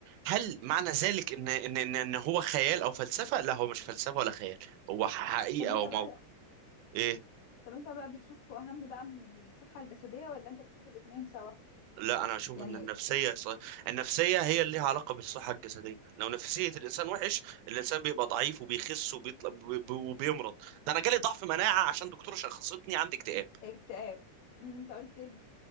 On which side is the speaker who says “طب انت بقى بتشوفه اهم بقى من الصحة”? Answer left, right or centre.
Left